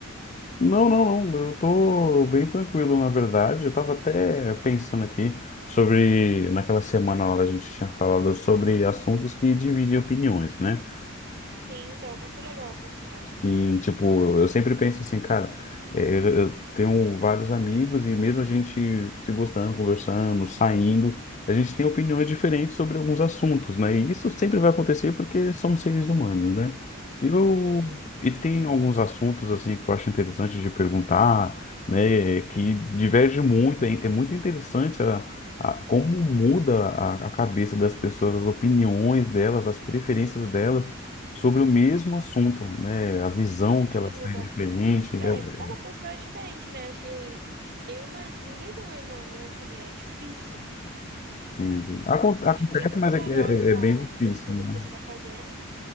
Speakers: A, on the left (about 35°); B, on the right (about 50°).
A: Não, não, não. Eu tô bem tranquilo, na verdade. Eu tava até pensando aqui sobre, naquela semana lá a gente tinha falado sobre assuntos que dividem opiniões, né?
B: Sim, então muito legal, por sinal.
A: Sim, tipo, eu sempre penso assim, cara, é, eu, eu tenho vários amigos e mesmo a gente se gostando, conversando, saindo, a gente tem opiniões diferentes sobre alguns assuntos, né? E isso sempre vai acontecer porque somos seres humanos, né? E, eu,
B: Sim,
A: e tem alguns assuntos, assim, que eu acho interessante de perguntar, né? Que diverge muito, é, é muito interessante a, a- como muda a, a cabeça das pessoas, as opiniões delas, as preferências delas sobre o mesmo assunto, né? A visão que
B: sim,
A: elas
B: muda.
A: têm é diferente. é-
B: É, cada pessoa é diferente, né? Acho que nenhuma, ninguém tem a mesma, a mesma opinião. É difícil.
A: enfim. Acon-
B: né?
A: acontece,
B: E é muito
A: mas é,
B: legal
A: é-
B: essa
A: é bem difícil,
B: pesquisa
A: né?
B: que você está fazendo.